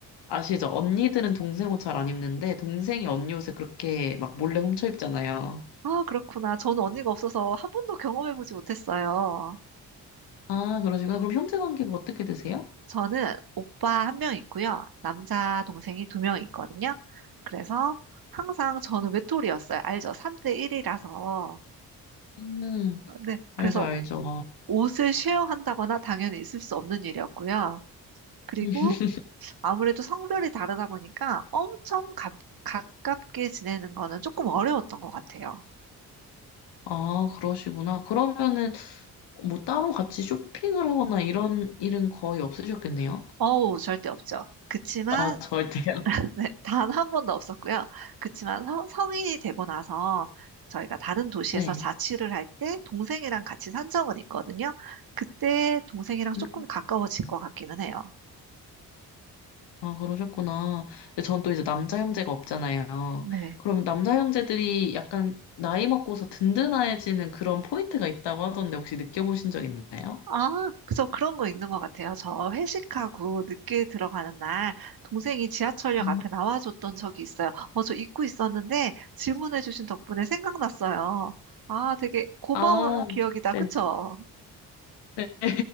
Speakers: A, on the left; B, on the right.
A: 아시죠? 언니들은 동생 옷 잘 안 입는데, 동생이 언니 옷을 그렇게 막 몰래 훔쳐 입잖아요.
B: 아, 그렇구나. 저는 언니가 없어서 한 번도 경험해보지 못했어요.
A: 아, 그러시구나. 그럼 형제 관계가 어떻게 되세요?
B: 저는 오빠 한 명 있고요. 남자 동생이 두 명 있거든요. 그래서 항상 저는 외톨이였어요. 알죠? 3대 1이라서.
A: 음,
B: 네. 그래서
A: 알죠, 알죠.
B: 옷을 쉐어한다거나 당연히 있을 수 없는 일이었고요. 그리고
A: <laughs>
B: 아무래도 성별이 다르다 보니까 엄청 가, 가깝게 지내는 거는 조금 어려웠던 것 같아요.
A: 아, 그러시구나. 그러면은 뭐 따로 같이 쇼핑을 하거나 이런 일은 거의 없으셨겠네요?
B: 어우, 절대 없죠. 그치만
A: 아, 절대요.
B: 네, 단 한 번도 없었고요. 그치만 성, 성인이 되고 나서 저희가 다른 도시에서
A: 네.
B: 자취를 할 때 동생이랑 같이 산 적은 있거든요. 그때 동생이랑 조금
A: 음,
B: 가까워진 것 같기는 해요.
A: 아, 그러셨구나. 근데 전 또 이제 남자 형제가 없잖아요.
B: 네.
A: 그러면 남자 형제들이 약간 나이 먹고서 든든해지는 그런 포인트가 있다고 하던데 혹시 느껴보신 적 있나요?
B: 아, 그래서 그런 거 있는 것 같아요. 저 회식하고 늦게 들어가는 날 동생이 지하철역
A: 음.
B: 앞에 나와줬던 적이 있어요. 어, 저 잊고 있었는데 질문해주신 덕분에 생각났어요. 아, 되게 고마운
A: 아,
B: 기억이다.
A: 네,
B: 그쵸?
A: <laughs>